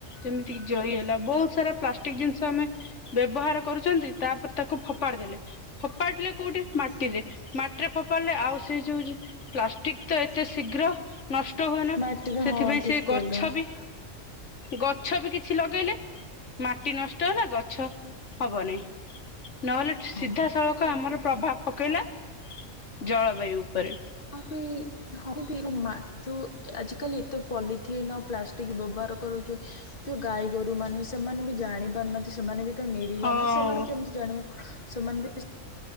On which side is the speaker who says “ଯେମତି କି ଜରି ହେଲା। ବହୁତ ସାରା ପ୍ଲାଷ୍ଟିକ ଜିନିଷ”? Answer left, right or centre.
Left